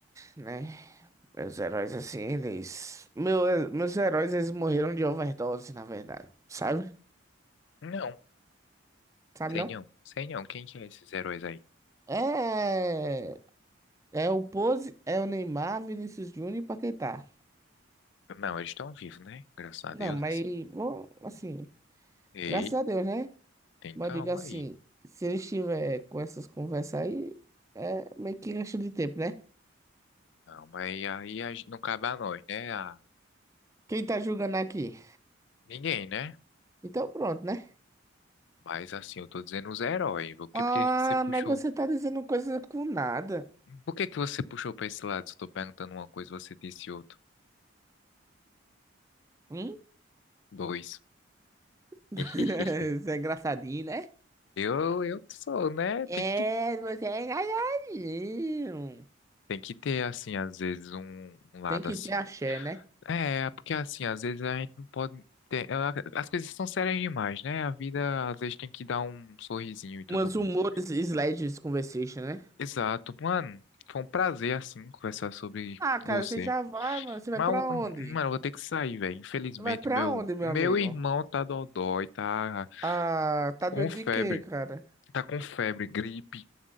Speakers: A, on the right; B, on the left.
A: né? Meus heróis, assim, eles... Meu, meus heróis, eles morreram de overdose, na verdade. Sabe?
B: Não,
A: Sabe,
B: sei
A: não?
B: não, sei não. Quem que é esses heróis aí?
A: É... É o Pose, é o Neymar, Vinícius Júnior e Paquetá.
B: Não, eles estão vivos, né? Graças a
A: Não,
B: Deus,
A: mas,
B: assim.
A: bom, assim,
B: Ei,
A: graças a Deus, né?
B: tem
A: Mas
B: calma
A: eu digo assim,
B: aí.
A: se ele estiver com essas conversas aí, é meio que gasto de tempo, né?
B: Calma aí, aí a gente- não cabe a nós, né? A
A: Quem tá julgando aqui?
B: ninguém, né?
A: Então pronto, né?
B: Mas assim, eu tô dizendo os heróis. Por que,
A: Ah,
B: por que que você puxou?
A: mas você tá dizendo coisa com nada.
B: Por que que você puxou pra esse lado? Se eu tô perguntando uma coisa, você disse outra.
A: Hum?
B: Dois.
A: <laughs>
B: <laughs>
A: Você é engraçadinho, né?
B: Eu, eu sou, né? Tem
A: É,
B: que,
A: você é engraçadinho.
B: tem que ter, assim, às vezes, um, um lado
A: Tem que
B: assim.
A: ter axé, né?
B: É, porque, assim, às vezes a gente não pode ter. ela- As coisas são sérias demais, né? A vida, às vezes, tem que dar um sorrisinho e tudo
A: Umas
B: mais.
A: humores sledges conversation, né?
B: Exato. Mano, foi um prazer, assim, conversar sobre
A: Ah, cara,
B: você.
A: você já vai, mano. Você vai
B: Mas,
A: pra
B: eu-
A: onde?
B: mano, eu vou ter que sair, velho. Infelizmente,
A: Tu vai pra
B: meu,
A: onde, meu
B: meu
A: amigo?
B: irmão tá dodói, tá
A: Ah, tá
B: com
A: doido
B: febre.
A: de quê, cara?
B: Tá com febre, gripe,